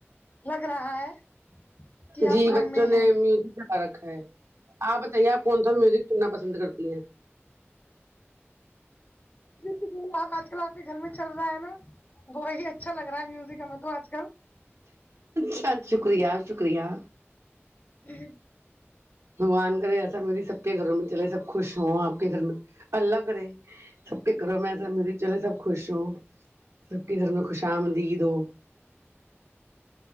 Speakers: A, on the left; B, on the right.
A: لگ رہا ہے کہ آپ
B: جی
A: گھر
B: بچوں
A: میں
B: نے
A: ہیں
B: میوزک فرق ہے آپ بتائیے آپ کون سا میوزک سننا پسند کرتی ہیں
A: جی آج کل آپ کے گھر میں چل رہا ہے نا وہی اچھا لگ رہا ہے میوزک ہمیں تو آج کل
B: چ شکریہ شکریہ
A: جی
B: بگوان کرے ایسا میری سب کے گھروں میں چلے سب خوش ہوں آپ کے گھر میں اللہ کرے سب کے کرو میں سمج چلے سب خوش ہوں سب کے گھر میں خوش آمدید ہو